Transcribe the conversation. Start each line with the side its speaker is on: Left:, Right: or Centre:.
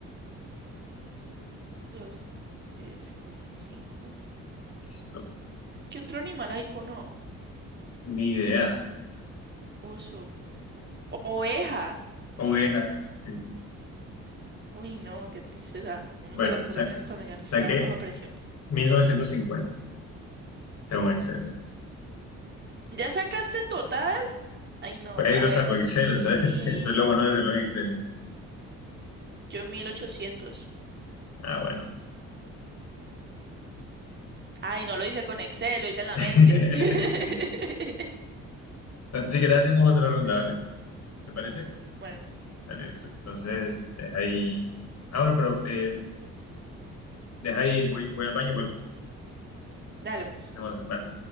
Right: Dos, tres, cuatro, cinco.
Left: listo.
Right: ¿Qué otro animal hay con O?
Left: Ni idea.
Right: Oso. Oveja.
Left: Oveja. sí.
Right: Uy, no, qué tristeza. Uno
Left: Bueno,
Right: se le ocurren
Left: sí.
Right: es cuando ya no está
Left: Saqué
Right: en baja presión.
Left: 1950, según Excel.
Right: ¿Ya sacaste el total? Ay, no,
Left: Pero
Right: a
Left: lo
Right: ver.
Left: saco Excel,
Right: Aquí
Left: o sea,
Right: hay
Left: <laughs> eso
Right: mil.
Left: es lo bueno de hacerlo en Excel.
Right: Yo mil ochocientos.
Left: Ah, bueno.
Right: Ay, no lo hice con Excel, lo hice en la
Left: <laughs>
Right: mente. <laughs>
Left: Si querés, hacemos otra ronda,
Right: Ay,
Left: ¿vale? ¿Te parece?
Right: bueno,
Left: Dale, listo. Entonces, deja ahí. Ah, bueno, pero eh, deja ahí, voy, voy al baño y vuelvo.
Right: dale pues.
Left: Hacemos otra. Bueno.